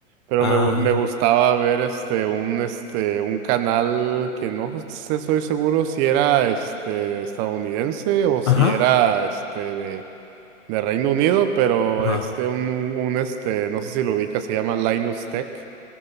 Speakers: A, on the right; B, on the left.
A: pero
B: Ah,
A: me, gu- me gustaba ver este un este un canal que no sé, soy seguro si era este estadounidense o si
B: ajá,
A: era este de, de Reino Unido, pero
B: ajá.
A: este un, un este no sé si lo ubica, se llama Linus Tech